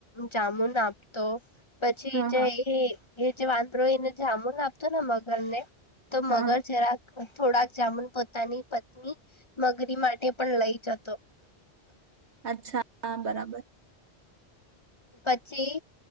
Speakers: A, on the left; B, on the right.
A: જામુન આપતો પછી
B: હા
A: જે
B: હા
A: એ એ જે વાંદરો એને જામુન આપતો ને મગર ને તો
B: હા
A: મગર જરાક થોડાક જામુન પોતાની પત્ની મગરી માટે પણ લઈ જતો.
B: અચ્છા હા બરાબર.
A: પછી